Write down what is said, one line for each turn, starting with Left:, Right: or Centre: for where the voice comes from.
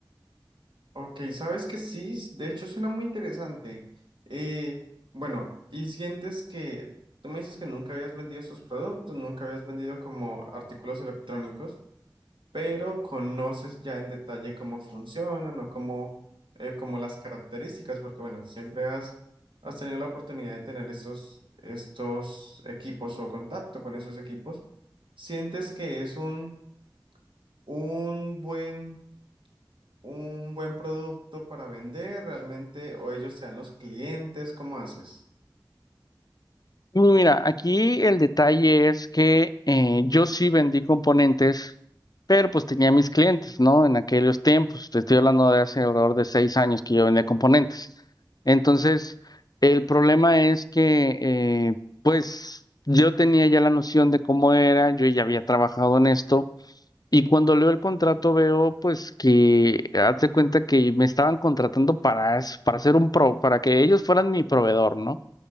Right: Ok, sabes que sí, s- de hecho suena muy interesante. Eh, bueno, y sientes que tú me dices que nunca habías vendido esos productos, nunca habías vendido como artículos electrónicos, pero conoces ya en detalle cómo funcionan o cómo, eh, como las características, porque bueno, siempre has, has tenido la oportunidad de tener estos, estos equipos o contacto con esos equipos. ¿Sientes que es un, un buen un buen producto para vender realmente o ellos te dan los clientes? ¿Cómo haces?
Left: Uy, Mira, aquí el detalle es que eh, yo sí vendí componentes, pero pues tenía mis clientes, ¿no? En aquellos tiempos, te estoy hablando de hace alrededor de seis años que yo vendía componentes. Entonces, el problema es que, eh, pues, yo tenía ya la noción de cómo era, yo ya había trabajado en esto, y cuando leo el contrato veo, pues, que haz de cuenta que me estaban contratando para, es- para ser un pro, para que ellos fueran mi proveedor, ¿no?